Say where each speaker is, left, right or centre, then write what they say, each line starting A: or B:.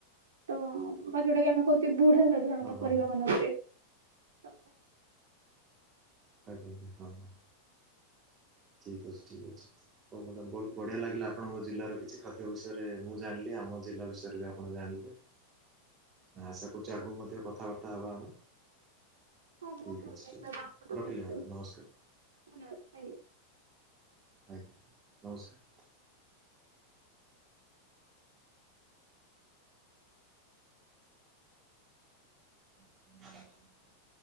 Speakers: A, on the right; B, on the right.
A: ତ ବା ଯୋଉଟା କି ଆମେ କହୁଛେ ବୁଢା ସାଧାରଣତଃ
B: ହଁ ହଁ
A: ପରିବା
B: ହଁ
A: ମାନଙ୍କରେ। ତ
B: ଆଜ୍ଞ ହଁ ହଁ। ଠିକ୍ ଅଛି ଠିକ୍ ଅଛି। ହଉ ମ୍ୟାଡ଼ାମ୍ ବହୁତ ବଢ଼ିଆ ଲାଗିଲା ଆପଣଙ୍କ ଜିଲ୍ଲାର କିଛି ଖାଦ୍ୟ ବିଷୟରେ ମୁଁ ଜାଣିଲି ଆମ ଜିଲ୍ଲା ବିଷୟରେ ବି ଆପଣ ଜାଣିଲେ। ଆଶା କରୁଛି ଆଗକୁ ମଧ୍ୟ କଥାବାର୍ତ୍ତା ହବା ଆମେ।
A: ହଁ ବହୁତ
B: ଠିକ୍ ଅଛି
A: ଭଲ ଲାଗିଲା
B: ଠିକ୍ ଅଛି
A: ଆପଣ
B: ରଖିଲି
A: ଙ୍କ ସହ କଥା
B: ମ୍ୟାଡ଼ାମ୍
A: ହେଇକି
B: ନମସ୍କାର
A: ଧନ୍ୟବାଦ।
B: ଆଜ୍ଞା ନମସ୍କାର। <inaudible>